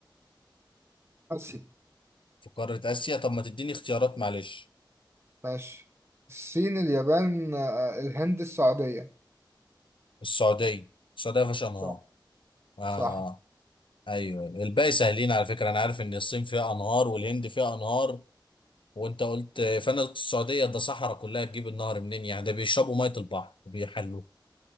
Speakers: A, on the right; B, on the left.
A: آسيا
B: في قارة آسيا طب ما تديني اختيارات معلش
A: ماشي الصين اليابان آه، الهند السعودية
B: السعودية السعودية فيهاش أنهار
A: صح
B: آه آه
A: صح
B: أيوه الباقي سهلين على فكرة أنا عارف إن الصين فيها أنهار والهند فيها أنهار وأنت قلت فأنا قلت السعودية ده صحراء كلها تجيب النهر منين يعني ده بيشربوا مية البحر وبيحلوه